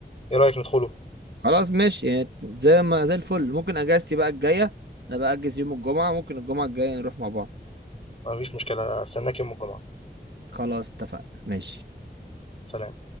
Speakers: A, on the left; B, on the right.
A: ايه رأيك ندخله
B: خلاص ماشي يعني زي ما زي الفل ممكن اجازتي بقى الجايه انا بأجز يوم الجمعه ممكن الجمعه الجايه نروح مع بعض
A: مفيش مشكلة استناك يوم الجمعة
B: خلاص اتفقنا ماشي
A: سلام